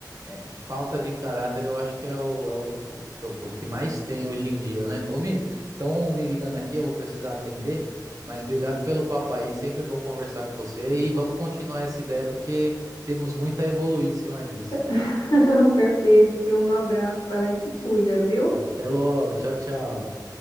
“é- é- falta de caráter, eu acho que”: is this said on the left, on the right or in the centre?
Right